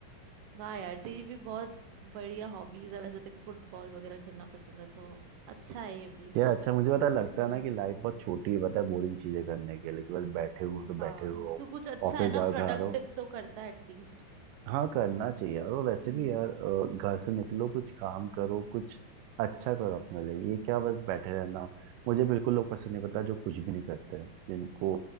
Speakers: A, on the right; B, on the right.
A: वाह यार तेरी भी बहुत बढ़िया हॉबीज है वैसे तेरे को फुटबॉल वगैरह खेलना पसंद है तो अच्छा है ये भी
B: क्या अच्छा मुझे पता है, लगता
A: हम्म
B: है ना
A: हम्म
B: कि लाइफ बहुत छोटी है पता है बोरिंग चीजें करने के लिए कि बस बैठे हुए हो तो
A: हाँ
B: बैठे हुए हो
A: तू कुछ अच्छा
B: ऑफिस
A: है ना
B: जाओ
A: प्रोडक्टिव
B: घर आ रहे हो
A: तो करता है एटलीस्ट
B: हाँ करना चाहिए यार और वैसे
A: हम्म
B: भी यार अ, घर से निकलो कुछ काम करो कुछ अच्छा करो अपने लिए ये क्या बस बैठे रहना मुझे बिल्कुल लोग पसंद नहीं पता जो कुछ भी नहीं करते हैं जिनको